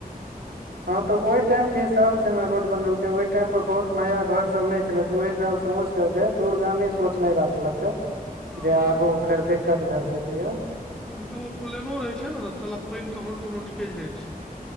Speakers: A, on the right (about 80°); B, in the centre.
A: ह तऽ ओहि टाईम के हिसाब से जेना रोड बनेलकै ओहि टाईम पर बहुत नया घर सब न नहि छले ते ओहि हिसाब केलकै दूरगामी सोच नहि राखलकै
B: हँ
A: जे आगू फेर दिक्कत भए सकै या
B: कमसँ कम ओ प्लेनो रहै छै ने चलब पानि ककरो ने ककरो निकलि जाइ छै